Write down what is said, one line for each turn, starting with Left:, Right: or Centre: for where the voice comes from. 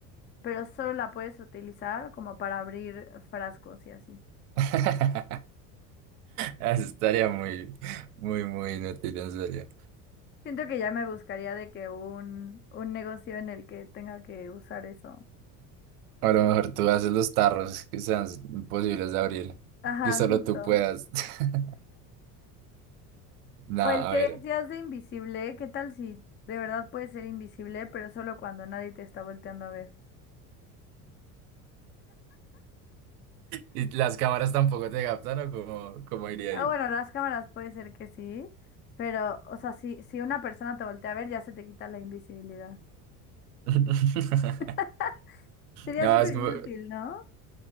Left: pero solo la puedes utilizar como para abrir frascos y así.
Right: <laughs> Eso estaría muy, muy, muy inútil, en serio.
Left: Siento que ya me buscaría de que un, un negocio en el que tenga que usar eso.
Right: O a lo mejor tú haces los tarros que sean imposibles de abrir,
Left: Ajá,
Right: que solo
Left: justo.
Right: tú puedas. <laughs> No,
Left: O el que
Right: a ver.
Left: decías de invisible, ¿qué tal si de verdad puedes ser invisible, pero solo cuando nadie te está volteando a ver?
Right: ¿Y las cámaras tampoco te captan o cómo, cómo iría
Left: Ah,
Right: ahí?
Left: bueno, las cámaras puede ser que sí, pero, o sea, si, si una persona te voltea a ver, ya se te quita la invisibilidad.
Right: <laughs>
Left: <laughs> Sería
Right: No,
Left: súper
Right: es como...
Left: inútil, ¿no?